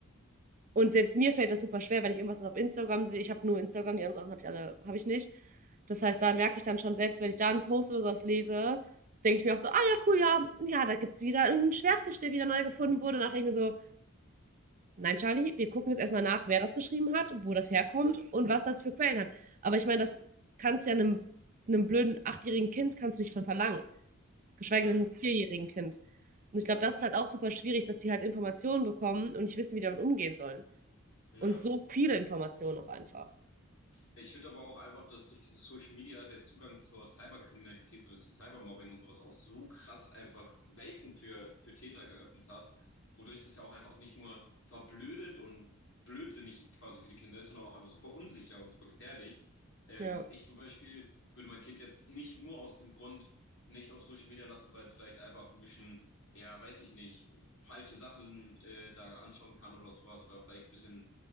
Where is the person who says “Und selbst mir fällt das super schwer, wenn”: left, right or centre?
Right